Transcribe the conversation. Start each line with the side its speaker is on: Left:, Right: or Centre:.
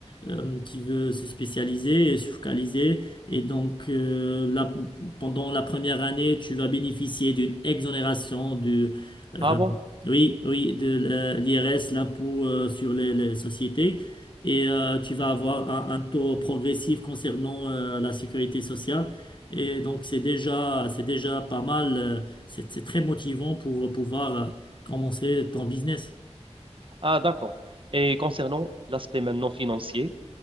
Left: euh, tu veux se spécialiser et se focaliser. Et donc, euh, la- pendant la première année, tu vas bénéficier d'une exonération du, euh,
Right: Ah bon?
Left: oui, oui, de l'IRS, l'impôt euh, sur les, les sociétés. Et euh, tu vas avoir un, un taux progressif concernant euh, la sécurité sociale. Et donc, c'est déjà, c'est déjà pas mal. euh, C'est c'est très motivant pour pouvoir euh, commencer ton business.
Right: Ah, d'accord. Et concernant l'aspect maintenant financier,